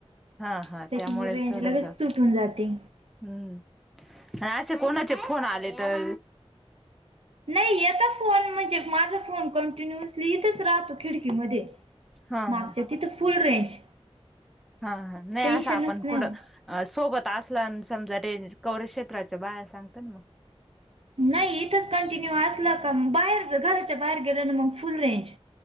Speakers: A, in the centre; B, on the right.
A: हा
B: त्याच्यामुळं
A: हा त्यामुळेच
B: रेंज
A: थोडस
B: लगेच तुटून जाती.
A: हम्म, असं कोणाचे फोन आले तर
B: नाही येता फोन म्हणजे माझा फोन कंटिन्युअसली इथेच राहतो खिडकीमध्ये.
A: हा
B: मागच्या
A: हा
B: तिथं फुल रेंज.
A: हा- हा, नाही
B: टेन्शनच
A: असं आपण
B: नाही.
A: कुडं अ सोबत असला आणि समजा रेंज कौरेज क्षेत्राच्या बाहेर सांगत ना मग
B: नाही इथंच कंटिन्यू असलं तर म जर का बाहेरच घराच्या बाहेर गेलं ना मग फुल रेंज